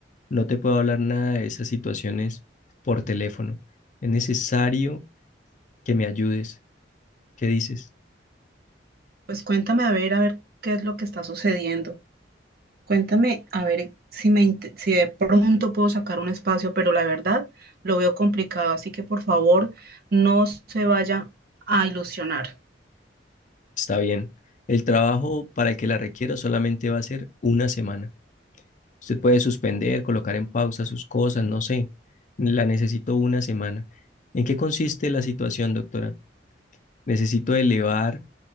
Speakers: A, on the left; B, on the right.
A: No te puedo hablar nada de esas situaciones por teléfono. Es necesario que me ayudes. ¿Qué dices?
B: Pues cuéntame a ver, a ver qué es lo que está sucediendo. Cuéntame, a ver si me int- si de pronto puedo sacar un espacio, pero la verdad lo veo complicado, así que por favor no se vaya a ilusionar.
A: Está bien. El trabajo para el que la requiera solamente va a ser una semana. Usted puede suspender, colocar en pausa sus cosas, no sé. La necesito una semana. ¿En qué consiste la situación, doctora? Necesito elevar